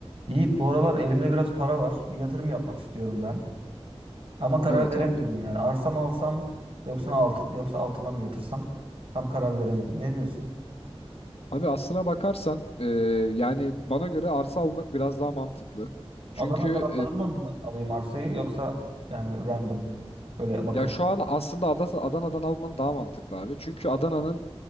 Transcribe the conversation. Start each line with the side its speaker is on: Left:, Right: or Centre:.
Right: Yiğit bu aralar elimde biraz para var. Bir yatırım yapmak istiyorum ben. Ama karar
Left: Evet
Right: veremiyorum
Left: abi.
Right: yani. Arsa mı alsam yoksa alt, yoksa altına mı yatırsam? Tam karar veremedim. Ne diyorsun?
Left: Abi aslına bakarsan e, yani bana göre arsa almak biraz daha mantıklı. Çünkü
Right: Adana taraflarından mı alayım arsayı yoksa yani random böyle bakıp
Left: e, ya şu an aslında Ada- Adana'dan alman daha mantıklı abi. Çünkü Adana'nın